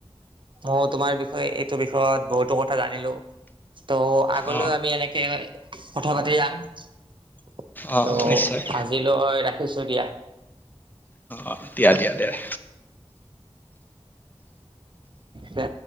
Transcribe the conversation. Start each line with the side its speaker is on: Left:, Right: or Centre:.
Right: মইও তোমাৰ বিষয়ে, এইটো বিষয়ত বহুতো কথা জানিলো। ত' আগলৈ
Left: অ
Right: আমি এনেকে, কথা পাতি যাম। ত'
Left: অ নিশ্চয়
Right: আজিলৈ ৰাখিছো দিয়া।
Left: অহ', দিয়া', দিয়া', দিয়া'।
Right: দে।